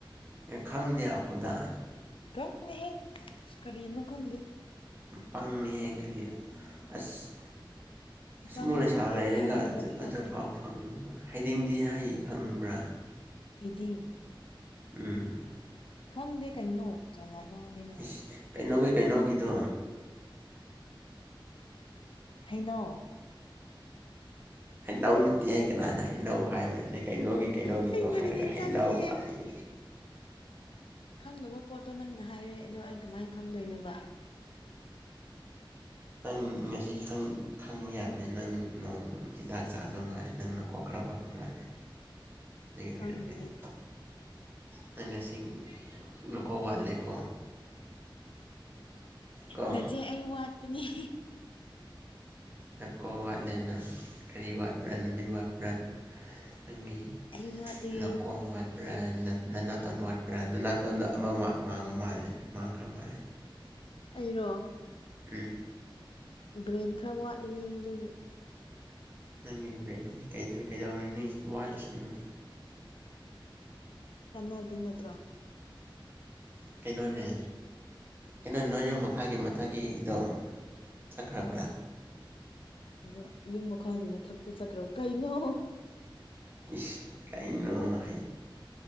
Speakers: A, on the right (about 25°); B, on the left (about 80°).
A: ꯑꯦ ꯈꯪꯗꯦ ꯍꯧꯗꯥꯡ꯫
B: ꯈꯡꯗꯦꯍꯦ ꯀꯔꯤꯅ ꯀꯪꯒꯤ꯫
A: ꯄꯥꯡꯉꯦꯍꯦ ꯀꯔꯤꯌꯥ ꯑꯁ꯫
B: ꯑꯄꯪꯕ
A: ꯑꯁꯨꯝ ꯂꯩꯁꯥ
B: ꯅꯠꯇꯦ
A: ꯂꯩꯔꯒ
B: ꯈꯪꯅꯕ ꯄꯣꯠꯇꯣ
A: ꯑꯗꯨꯐꯥꯎ ꯐꯪꯗꯕ꯫ ꯍꯥꯏꯗꯤꯡꯗꯤ ꯍꯩ ꯈꯪꯕ꯭ꯔꯥ꯫
B: ꯍꯩꯗꯤꯡ꯫
A: ꯎꯝ꯫
B: ꯈꯪꯗꯦ ꯀꯩꯅꯣ ꯖꯥꯠ ꯖꯥꯠ ꯉꯥꯡꯉꯦ ꯅꯪ
A: ꯏꯁ ꯀꯩꯅꯣꯒꯤ ꯀꯩꯅꯣꯒꯤꯗꯣ꯫
B: ꯍꯩꯅꯣ꯫
A: ꯍꯅꯧ ꯅꯠꯇꯦꯍꯦ꯫ ꯀꯅꯥꯅ ꯍꯩꯅꯧ ꯍꯥꯏꯕ꯭ꯔꯅꯦ ꯀꯩꯅꯣꯒꯤ ꯀꯩꯅꯣꯒꯤꯗꯣ
B: ꯀꯩꯅꯣꯅꯤꯅꯦ
A: ꯍꯥꯏꯔꯒ ꯍꯩꯅꯧ
B: ꯈꯪꯗꯦꯍꯦ
A: ꯍꯥꯏ
B: ꯈꯪꯗꯕ ꯄꯣꯠꯇꯣ ꯅꯪꯅ ꯍꯥꯏꯔꯦ ꯑꯗꯣ ꯑꯩ ꯀꯃꯥꯏꯅ ꯈꯪꯗꯣꯏꯅꯣꯕ꯫
A: ꯅꯪ ꯉꯁꯤ ꯈꯪꯕ ꯌꯥꯕꯅꯦ ꯅꯪ ꯅꯣꯡ ꯍꯤꯗꯥꯛ ꯆꯥꯗꯕ ꯃꯥꯜꯂꯦ ꯅꯪꯅ꯫ ꯈꯔ ꯋꯥꯠꯄ ꯃꯥꯔꯦꯗꯒꯤ ꯑꯣꯏꯔꯝꯒꯅꯤ꯫
B: ꯈꯪꯗꯦ ꯑꯩ
A: ꯅꯪ ꯉꯁꯤꯡ ꯅꯨꯀꯧ ꯋꯥꯠꯂꯦꯀꯣ꯫ ꯀꯣ
B: ꯅꯆꯦ ꯑꯩ ꯋꯥꯠꯄꯅꯤ꯫ <inaudible>
A: ꯅꯀꯣ ꯋꯥꯠꯂꯦꯅ ꯀꯔꯤ ꯋꯥꯠꯄ꯭ꯔꯥ ꯅꯨꯃꯤꯠ ꯋꯥꯠꯄ꯭ꯔꯥꯅꯣ꯫ ꯅꯪꯒꯤ
B: ꯑꯩ ꯋꯥꯠꯂꯦ
A: ꯅꯥꯀꯣꯡ ꯋꯥꯕ꯭ꯔꯥ ꯅꯅꯥꯇꯣꯟ ꯋꯥꯠ꯫ ꯄꯔ꯭ ꯅ ꯅꯥꯇꯣꯟꯗ ꯑꯃ ꯃꯥꯡꯕ ꯃꯥꯜꯂꯦ ꯃꯥꯡꯈ꯭ꯔ ꯃꯥꯜꯂꯦ꯫
B: ꯑꯩꯔꯣ꯫
A: ꯎꯝ꯫
B: ꯕ꯭ꯔꯦꯟ ꯈꯔ ꯋꯥꯠꯂꯤ ꯑꯗꯨꯒꯤ꯫
A: ꯅꯪꯒꯤ ꯕ꯭ꯔꯦꯟꯗꯤ ꯀꯩꯗꯧꯔꯅꯤ ꯋꯥꯠꯂꯁꯅꯨ꯫
B: ꯀꯟꯅꯗꯤ ꯅꯠꯇ꯭ꯔꯣ
A: ꯀꯩꯅꯣꯅꯦ ꯀꯩꯅꯣ ꯅꯣꯏ ꯌꯨꯝ ꯃꯈꯥꯒꯤ ꯃꯊꯛꯀꯤꯗꯣ ꯁꯈ꯭ꯔꯥꯕ
B: ꯀꯩꯅꯣ ꯌꯨꯝ ꯃꯈꯥꯒꯤ ꯃꯊꯛꯇ ꯆꯠꯈ꯭ꯔꯕꯣ ꯀꯩꯅꯣ
A: ꯏꯁ ꯀꯩꯅꯣ ꯍꯥꯏ